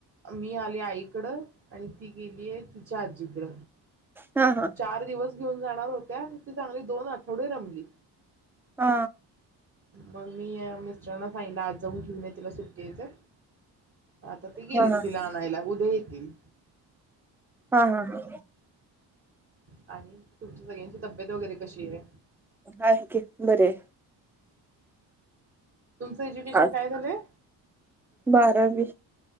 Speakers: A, on the right; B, in the centre.
A: मी आले आई आणि ती गेलीय तिच्या आजीकड
B: हा हा
A: चार दिवस घेऊन जाणार होत्या ते चांगली दोन आठवडे रमली.
B: हा
A: मग मी या मिस्टरांना सांगलं आज जाऊन घेऊन ये तिला सुट्टीे हाय तर. आता ते गेले
B: हा
A: तीला आनायला उद्या ये तीन
B: हा हा
A: आणि तुमच्या सगळ्यांची तब्येत वगैरे कशी आहे?
B: आहे की बरीय.
A: तुमचं एज्युकेशन
B: आज
A: काय झालंय?
B: बारावी